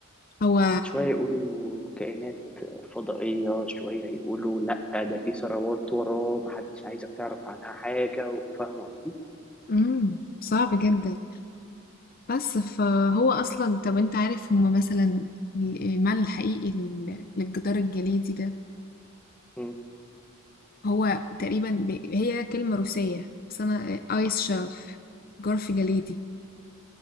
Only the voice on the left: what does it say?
هو
امم صعب جدا بس فهو اصلا طب انت عارف هما مثلا المعنى الحقيقي لل- للجدار الجليدي ده
هو تقريبا ب... هي كلمة روسية بس انا ايس شلف جرف جليدي